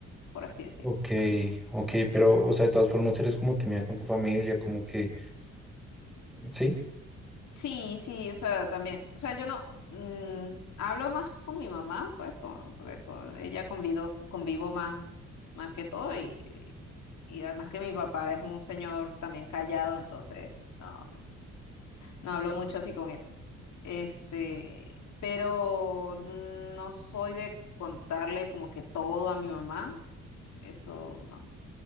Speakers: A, on the left; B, in the centre.
A: por así decirlo.
B: Ok,
A: <laughs>
B: ok, pero, o sea, de todas formas eres como tímida con tu familia, como que, sí,
A: Sí, sí, o sea, también. O sea, yo no mm, hablo más con mi mamá, pues, con, porque con ella convido, convivo más, más que todo, y, y y además que mi papá es un señor también callado, entonces no, no hablo mucho así con él. Este, pero no soy de contarle como que todo a mi mamá, eso no.